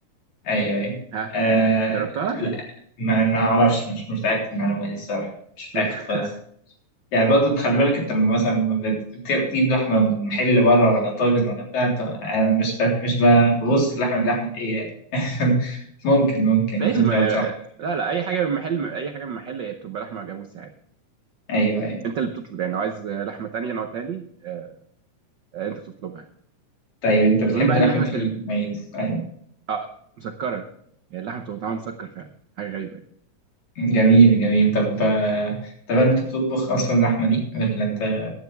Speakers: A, on the left; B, on the right.
A: ايوه ايوه
B: ها
A: آه...
B: جربتها
A: لا ما ما اعرفش مش مش متاكد من المعلومه دي الصراحه مش متاكد
B: <laughs>
A: خالص يعني برضه خلي بالك انت لما مثلا لما بت- بتجيب لحمه من محل بره ولا طاجن ولا بتاع ت- أنا مش بت... مش ب- ببص اللحمه دي لحمه ايه يعني <laughs> ممكن ممكن
B: ماشي
A: يكون
B: ما
A: جربت لحمه
B: لا لا اي حاجه من محل اي حاجه من محل هي بتبقى لحمه جاموسي عادي
A: ايوه ايوه
B: انت اللي بتطلب يعني لو عايز لحمه تانية نوع تاني آه، آه، انت تطلبها يعني
A: طيب انت بتحب
B: المهم بقى
A: لحمه
B: ان لحمه
A: الميز ايوه
B: اه مسكره يعني اللحمه بتبقى طعمها مسكر فعلا حاجه غريبه يعني
A: جميل جميل طب آه، طب هل انت بتطبخ اصلا اللحمه دي ولا انت